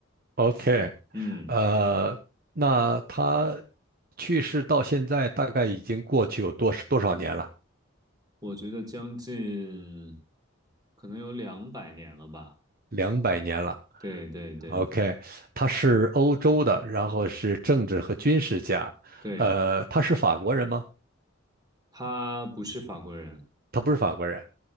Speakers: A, on the right; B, on the right.
A: ？OK，
B: 嗯，
A: 呃，那他去世到现在大概已经过去有多多少年了？
B: 我觉得将近可能有两百年了吧。
A: 两百年了。
B: 对对对
A: OK，他是欧洲的，然后是政治和军事家。
B: 对，
A: 呃，他是法国人吗？
B: 他不是法国人，
A: 他不是法国人。